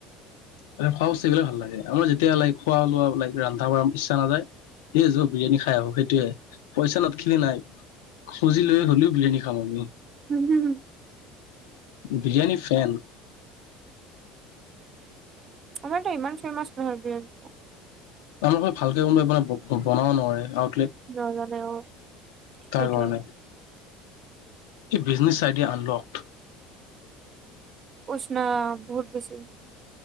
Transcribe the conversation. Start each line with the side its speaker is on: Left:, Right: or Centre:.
Left: তাতে খোৱা বস্তু গিলা ভাল লাগে। আমাৰ যেতিয়া লাইক খোৱা লোৱা বিলাক ৰান্ধা- বাঢ়া ইচ্ছা নাযায়‌ সে যো বিৰিয়ানী খাই আহো সেইটোৱে। পইচা নাচা দেখিলি নাই খুজি লৈ হ'লিও বিৰিয়ানী খাব আমি।।
Right: উম হুম হু।
Left: বিৰিয়ানী ফেন।
Right: আমাৰ ত ইমান ফেমচ নহয় বিৰিয়ানী।।
Left: আমাৰ ফালে ভালকে কোনো মানে বনাব নোৱাৰে বা।।
Right: নাজানেও
Left: তাৰ
Right: সেইটোৱে।
Left: কাৰণে। এই বিজনেছ আইডিয়া আনলকড।
Right: উচনা বহুত বেছি